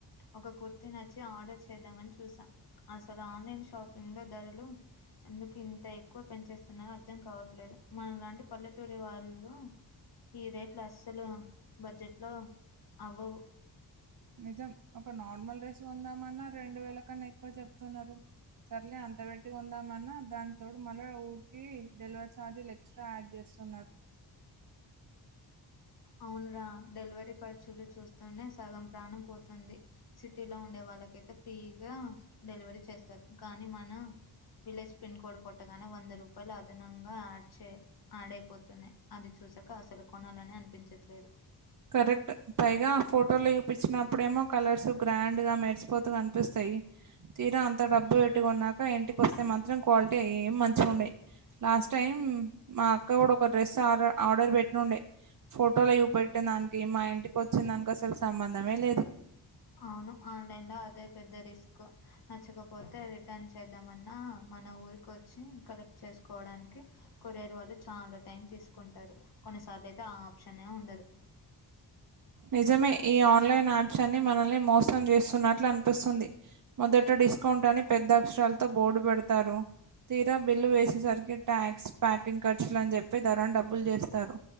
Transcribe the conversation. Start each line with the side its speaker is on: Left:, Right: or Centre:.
Left: ఒక కుర్తి నచ్చి ఆర్డర్ చేద్దామని చూసా. అసలు ఆన్లైన్ షాపింగ్ లో ధర లు ఎందుకు ఇంత ఎక్కువ పెంచేస్తున్నారో అర్థం కావట్లేదు మనలాంటి పల్లెటూరి వాళ్ళు ఈ రేట్ ట్లో అస్సలు బడ్జెట్లో అవ్వవు
Right: నిజం ఒక నార్మల్ డ్రస్ కొందామన్న రెండు వేల కన్నా ఎక్కువ చెప్తున్నరు సర్లే అంత పెట్టి కొందాం అన్నా దాని తోడు మళ్ళ ఊరికి డెలివరీ ఛార్జి లెక్ ఎక్స్ట్రా యాడ్ జేస్తున్నారు
Left: అవును రా డెలివరీ ఖర్చులు చూస్ తనే సగం ప్రాణం పోతుంది సిటీలో ఉండే వాళ్ళకైతె ఫీగా డెలివరీ చేస్తారు కానీ మన విలేజ్ పిన్ కోడ్ కొట్టగానే వంద రూపాయిలు అదనంగా యాడ్ చే ఆడైపోతున్నయ్ అది చూసాక అసలు కొనాలని అనిపించట్లేదు
Right: కరెక్ట్ పైగా ఫోటోలు చూపించినప్పుడేమో కలర్స్ గ్రాండ్ గా మెరిసిపోతు కనిపిస్తయ్ తీరా అంత డబ్బు పెట్టుకొన్నాక ఇంటికి వస్తే మాత్రం క్వాలిటీ ఏం మంచిగుండయ్ లాస్ట్ టైం మా అక్క కూడ ఒక డ్రెస్ ఆరర్ ఆర్డర్ పెట్టినుండే ఫోటోల చూపెట్ ట్టిందానికి మా ఇంటికి వచ్చిన దానికి అసలు సంబందమే లేదు
Left: అవును ఆన్లైన్ లో అదే పెద్ద రిస్క్ నచ్చకపోతే రిటర్న్ చేద్దామన్నా మన ఊరికి వచ్చి కరెక్ట్ చేసుకోవడానికి కొరియర్ వాళ్ళు చాలా టైం తీసుకుంటారు కొన్నిసార్ల అయితే ఆప్షన్ ఏ ఉండదు
Right: నిజమే ఈ ఆన్లైన్ యాప్స్ అన్ని మనల్ని మోసం చేస్తున్నట్లు అనిపిస్తుంది. మొదట డిస్కౌంట్ అని పెద్ద అక్షరాలతో బోర్డు పెడతారు. తీరా బిల్లు వేసేసరికి ట్యాక్స్ ప్యాకింగ్ ఖర్చులని చెప్పి చెప్పి ధర డబ్బులు చేస్తారు